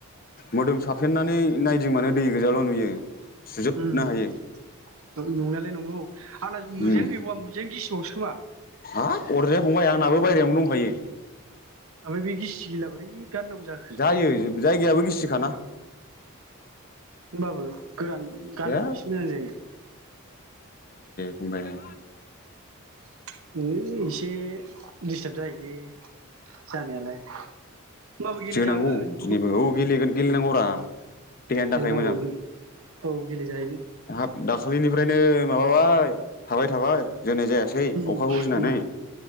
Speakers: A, on the left; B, on the right.
A: मोदोम साफेननानै नायदिंबानो दै गोजाल' नुयो। सुजोबनो
B: ओम
A: हायो
B: नंनायलाय नंगौ। आंना मुजायानो
A: उम
B: गैबावा मुजायानो गिसिबावसो खोमा।
A: हाब अरजाया फंबाय आंनाबो बायरायावनो दंखायो।
B: आमफाय बे गिसि गिला बोरै गाननांगौ जाखो
A: जायो जाय दैयाबो गिसिखाना।
B: होमबाबो। गोरान गानोबा
A: जेब
B: एसे मोजां जायो।
A: अबायां
B: होइ, एसे दिडिस्टार्ब जायोलै जानायालाय। होमबाबो गेलेजागोन
A: जोनांगौ दिनैबो औ गेलेगोन। गेलेनांगौ रा देहानि थाखाय
B: गेलेनांगौ
A: मोजां,
B: औ गेलेजायो
A: हाब दाखालिनिफ्रायनो माबाबाय। थाबाय थाबाय। जोनाय जायासै
B: उम
A: अखाखौ गिनानै।
B: उम